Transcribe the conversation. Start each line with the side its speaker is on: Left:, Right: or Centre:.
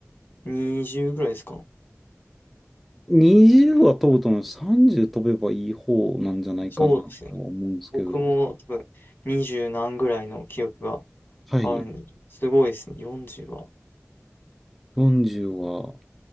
Left: 20ぐらいですか？
Centre: 20は飛ぶと思う。30飛べばいい方なんじゃないかなとは思うんですけど。
Left: そうですよね。僕も多分20何ぐらいの記憶が
Centre: はい。
Left: あるんで、すごいですね、40は。
Centre: 40は、